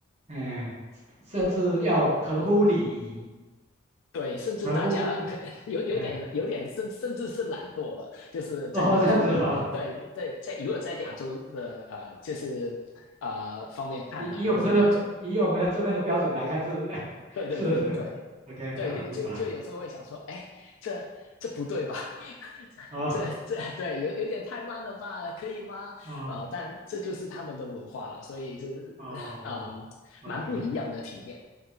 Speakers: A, on the right; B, on the left.
A: 哎，甚至要合乎礼仪，
B: 对，甚至大家可有有点有点甚甚至是懒惰了，
A: 合乎，哎，
B: 就是在亚洲人对在在如果在亚洲的呃就是呃方面看来，
A: 哦，这样子哦。以以我们这边以我们的这边的标准来看是
B: 就是亚洲
A: <laughs>
B: 对对对对对
A: 是，OK，好，
B: 对，就就就有时候会想说，
A: 明白。
B: 哎，这这不对吧？<laughs>
A: 哦
B: 这这对有有点太慢了吧？可以吗？
A: 哦
B: 呃，但这就是他们的文化了，所以就是嗯、
A: 哦，OK
B: 蛮不一样的体验